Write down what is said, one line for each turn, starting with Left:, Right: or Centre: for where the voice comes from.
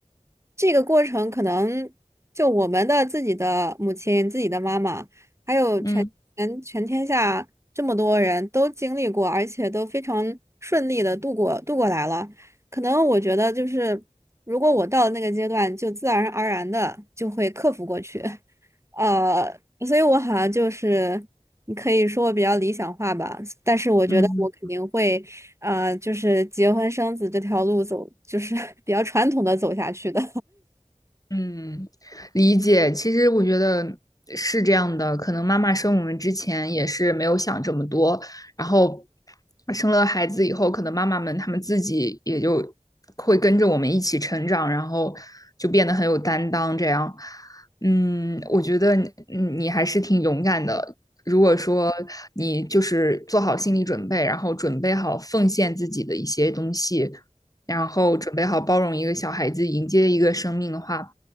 Right: 这个过程可能就我们的自己的母亲、自己的妈妈。还有全全全天下这么多人都经历过，
Left: 嗯嗯。
Right: 而且都非常顺利的度过度过来了。可能我觉得就是，如果我到了那个阶段，就自然而然的就会克服过去。呃，所以我好像就是，你可以说我比较理想化吧，但是我觉得我肯定会，
Left: 嗯
Right: 呃，就是结婚生子这条路走，就是 <laughs> 比较传统的走下去的。
Left: 嗯，理解。其实我觉得是这样的，可能妈妈生我们之前也是没有想这么多，然后生了孩子以后，可能妈妈们她们自己也就会跟着我们一起成长，然后就变得很有担当。这样，嗯，我觉得你嗯你还是挺勇敢的。如果说你就是做好心理准备，然后准备好奉献自己的一些东西，然后准备好包容一个小孩子，迎接一个生命的话，